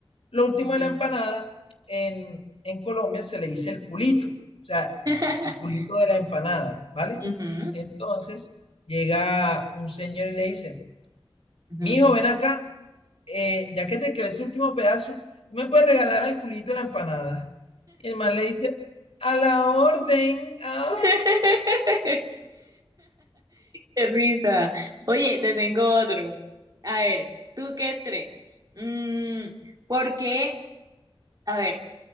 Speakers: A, on the left; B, on the right.
A: Lo último
B: ujú.
A: de la empanada, en, en Colombia se le dice el culito, o sea,
B: <laughs>
A: el culito de la empanada, ¿vale?
B: Ujú,
A: Entonces llega un señor y le dice,
B: ujú.
A: mijo, ven acá, eh, ya que te quedó ese último pedazo, ¿tú me puedes regalar el culito de la empanada? Y el man le dice, a la orden, ay,
B: <laughs> Qué risa. Oye, te tengo otro. A ver, ¿tú qué tres? Mm, ¿por qué? A ver,